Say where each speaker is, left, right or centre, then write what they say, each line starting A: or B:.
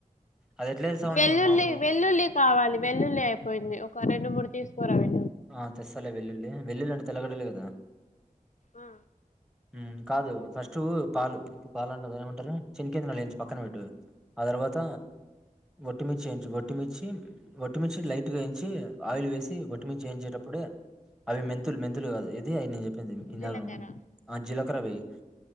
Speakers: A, in the centre; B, on the left.
A: అది ఎట్లా ఏస్తావు
B: వెల్లుల్లి
A: నువ్వు మామూలుగా
B: వెల్లుల్లి కావాలి వెల్లుల్లి అయిపోయింది ఒక రెండు మూడు తీసుకురాండి
A: ఆ తెస్సాలె వెలుల్లి వెల్లుల్లి అంట తెలకడలే కదా
B: ఆ
A: ఉ కాదు ఫస్ట్ పాలు పుప్పు పాలు అంట ఏమంటారు చినికతు నయించిు పక్కన పెట్ ఆ తర్వాత ఒొట్టిమిర్చి చేయించు ఒొట్టిమిర్చి వచ్చి ఒట్టమిచి లైట్గా ఎయించి ఆయిల్ వేసి ఒొట్మించ వేయించేటప్పుడే అవి మెంతులు మెంతులు కాదు ఇది అయ నను చెప్ప ఇందక
B: జీలకర్ర
A: నువు ఆ జీలకర్ర వేయ్